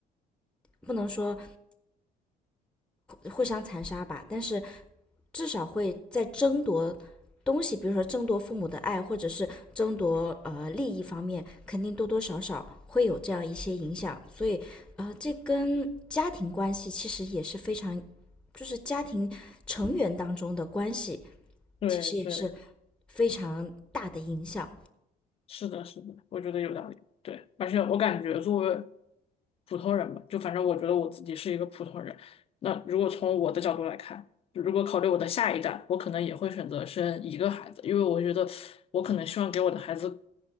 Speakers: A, in the centre; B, on the left.
A: 不能说互相残杀吧，但是至少会在争夺东西，比如说争夺父母的爱，或者是争夺呃利益方面，肯定多多少少会有这样一些影响。所以，呃，这跟家庭关系其实也是非常，就是家庭成员当中的关系，
B: 对对，
A: 其实也是非常大的影响。
B: 是的，是的，我觉得有道理。对，而且我感觉作为普通人吧，就反正我觉得我自己是一个普通人。那如果从我的角度来看，如果考虑我的下一代，我可能也会选择生一个孩子，因为我觉得我可能希望给我的孩子